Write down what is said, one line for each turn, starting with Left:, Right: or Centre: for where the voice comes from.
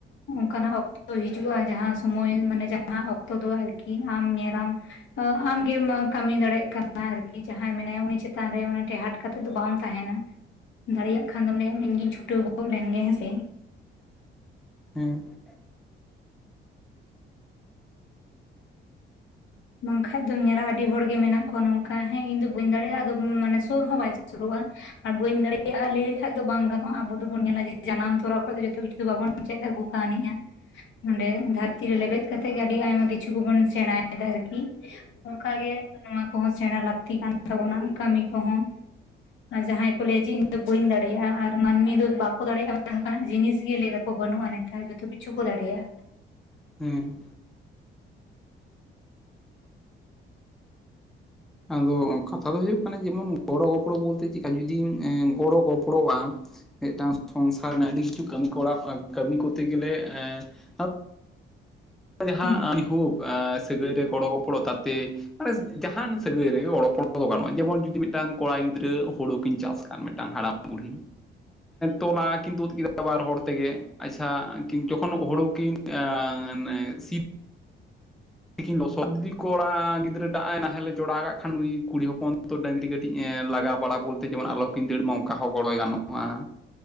Left: ᱚᱱᱠᱟᱱᱟᱜ ᱚᱠᱛᱚ ᱦᱤᱡᱩᱜᱼᱟ᱾ ᱡᱟᱦᱟᱸ ᱥᱚᱢᱚᱭ ᱢᱟᱱᱮ ᱡᱟᱦᱟᱸ ᱚᱠᱛᱚ ᱫᱚ ᱟᱨᱠᱤ ᱟᱢ ᱧᱮᱞᱟᱢ ᱟᱢᱜᱮᱢ ᱠᱟᱹᱢᱤ ᱫᱟᱲᱮᱭᱟᱜ ᱠᱟᱱᱟ ᱟᱨᱠᱤ ᱡᱟᱦᱟᱸᱭ ᱢᱮᱱᱟᱭᱟ ᱩᱱᱤ ᱪᱮᱛᱟᱱ ᱨᱮ ᱴᱮᱦᱟᱸᱴ ᱠᱟᱛᱮᱫ ᱫᱚ ᱵᱟᱢ ᱛᱟᱦᱮᱱᱟ᱾ ᱫᱟᱲᱮᱭᱟᱜ ᱠᱷᱟᱱ ᱫᱚᱢ ᱞᱟᱹᱭᱟᱢ ᱤᱧᱜᱤᱧ ᱪᱷᱩᱴᱟᱹᱣ ᱜᱚᱫ ᱞᱮᱱᱜᱮ ᱦᱮᱸᱥᱮ᱾
Centre: ᱦᱩᱸᱢ᱾
Left: ᱵᱟᱝᱠᱷᱟᱡ ᱫᱚᱢ ᱧᱮᱞᱟ ᱟᱹᱰᱤ ᱦᱚᱲᱜᱮ ᱢᱮᱱᱟᱜ ᱠᱚᱣᱟ, ᱱᱚᱝᱠᱟ ᱦᱮᱸ ᱤᱧ ᱫᱚ ᱵᱟᱹᱧ ᱫᱟᱲᱮᱭᱟᱜᱼᱟ ᱟᱫᱚ ᱢᱟᱱᱮ ᱥᱩᱨ ᱦᱚᱸ ᱵᱟᱭ ᱥᱩᱨᱩᱜᱼᱟ ᱾ ᱟᱨ ᱵᱟᱹᱧ ᱫᱟᱲᱮᱭᱟᱜᱼᱟ ᱞᱟᱹᱭ ᱞᱮᱠᱷᱟᱱ ᱫᱚ ᱵᱟᱹᱧ ᱫᱟᱲᱮᱭᱟᱜ-ᱟ ᱞᱟᱹᱭ ᱞᱮᱠᱷᱟᱱ ᱫᱚ ᱵᱟᱝ ᱜᱟᱱᱚᱜᱼᱟ᱾ ᱟᱵᱚ ᱫᱚᱵᱚᱱ ᱧᱮᱞᱟ ᱡᱮ ᱡᱟᱱᱟᱢ ᱛᱚᱨᱟ ᱠᱷᱚᱱ ᱡᱚᱛᱚ ᱠᱤᱪᱷᱩ ᱫᱚ ᱵᱟᱵᱚᱱ ᱪᱮᱫ ᱟᱹᱜᱩ ᱠᱟᱹᱣᱱᱤᱼᱟ᱾ ᱱᱚᱸᱰᱮ ᱫᱷᱟᱹᱨᱛᱤ ᱨᱮ ᱞᱮᱵᱮᱫ ᱠᱟᱛᱮᱜ ᱜᱮ ᱟᱹᱰᱤ ᱟᱭᱢᱟ ᱠᱤᱪᱷᱩ ᱜᱮᱵᱚᱱ ᱥᱮᱬᱟᱭᱟ᱾ ᱟᱨᱠᱤ ᱚᱱᱠᱟᱜᱮ ᱱᱚᱣᱟ ᱠᱚᱦᱚᱸ ᱥᱮᱬᱟ ᱞᱟᱹᱠᱛᱤ ᱠᱟᱱ ᱛᱟᱵᱚᱱᱟ ᱠᱟᱹᱢᱤ ᱠᱚᱦᱚᱸ ᱟᱨ ᱡᱟᱦᱟᱸᱭ ᱠᱚ ᱞᱟᱹᱭᱟ ᱡᱮ ᱤᱧ ᱫᱚ ᱵᱟᱹᱧ ᱫᱟᱲᱮᱭᱟᱜᱼᱟ, ᱟᱨ ᱢᱟᱹᱱᱢᱤ ᱫᱚ ᱵᱟᱠᱚ ᱫᱟᱲᱮᱭᱟᱜᱼᱟ ᱚᱱᱠᱟᱱ ᱡᱤᱱᱤᱥ ᱜᱮ ᱞᱟᱹᱭ ᱫᱟᱠᱚ ᱠᱚ ᱵᱟᱹᱱᱩᱜᱼᱟ᱾ ᱱᱮᱛᱟᱨ ᱡᱚᱛᱚ ᱠᱤᱪᱷᱩ ᱠᱚ ᱫᱟᱲᱮᱭᱟᱜ-ᱟ᱾
Centre: ᱦᱩᱸ᱾ ᱟᱫᱚ ᱠᱟᱛᱷᱟ ᱫᱚ ᱦᱩᱭᱩᱜ ᱠᱟᱱᱟ ᱡᱮᱢᱚᱱ ᱜᱚᱲᱚᱼ ᱜᱚᱯᱲᱚ ᱵᱚᱞᱛᱮ ᱪᱮᱫᱠᱟ ᱡᱩᱫᱤᱢ ᱜᱚᱲᱚ ᱜᱚᱯᱚᱲᱚ ᱟᱢ ᱢᱤᱫᱴᱟᱝ ᱥᱚᱝᱥᱟᱨ ᱨᱮᱱᱟᱜ ᱟᱹᱰᱤ ᱠᱤᱪᱷᱩ ᱠᱟᱹᱢᱤ ᱠᱚᱨᱴᱲᱟ ᱠᱟᱹᱢᱤ ᱠᱚᱛᱛᱮ ᱜᱮᱞᱮ ᱮᱸᱻ ᱡᱟᱦᱟᱸ
Left: ᱦᱮᱸ
Centre: ᱟᱭ ᱦᱳᱯ ᱥᱟᱹᱜᱟᱹᱭ ᱨᱮ ᱜᱚᱲᱚ ᱜᱚᱯᱚᱲᱚ ᱛᱟᱛᱮ ᱢᱟᱱᱮ ᱡᱟᱦᱟᱱ ᱥᱟᱹᱜᱟᱹᱭ ᱨᱮᱜᱮ, ᱜᱚᱲᱚ-ᱜᱚᱯᱲᱚ ᱫᱚ ᱜᱟᱱᱚᱜᱼᱟ᱾ ᱡᱮᱢᱚᱱ ᱡᱩᱫᱤ ᱢᱤᱫᱴᱟᱝ ᱠᱚᱲᱟ ᱜᱤᱫᱽᱨᱟᱹ ᱦᱩᱲᱩ ᱠᱤᱱ ᱪᱟᱥ ᱠᱷᱟᱱ ᱢᱤᱫᱴᱟᱝ ᱦᱟᱲᱟᱢ ᱵᱩᱲᱦᱤ ᱛᱚᱞᱟ ᱠᱤᱱ ᱛᱩᱫ ᱠᱮᱫᱟ, ᱵᱟᱨ ᱦᱚᱲ ᱛᱮᱜᱮ ᱟᱪᱪᱷᱟ ᱡᱚᱠᱷᱚᱱ ᱦᱩᱲᱩ ᱠᱤᱱ ᱟᱱ <unintelligible> ᱛᱤᱠᱤᱱ ᱞᱚᱥᱚᱫ, ᱡᱩᱫᱤ ᱠᱚᱲᱟ ᱜᱤᱫᱽᱨᱟᱹ ᱴᱟᱜ ᱮ ᱱᱟᱦᱮᱞ ᱮ ᱡᱚᱲᱟᱣᱮᱫ ᱠᱷᱟᱱ᱾ ᱩᱱᱤ ᱠᱩᱲᱤ ᱦᱚᱯᱚᱱ ᱛᱚ ᱰᱟᱹᱝᱨᱤ <unintelligible> ᱛᱤᱧ ᱞᱟᱜᱟ ᱵᱟᱲᱟ, ᱵᱚᱞᱛᱮ ᱡᱮᱢᱚᱱ ᱟᱞᱚ ᱠᱤᱱ ᱫᱟᱹᱲ ᱢᱟ ᱚᱱᱠᱟ ᱦᱚᱸ ᱜᱚᱲᱚᱭ ᱜᱟᱱᱚᱜ ᱢᱟ᱾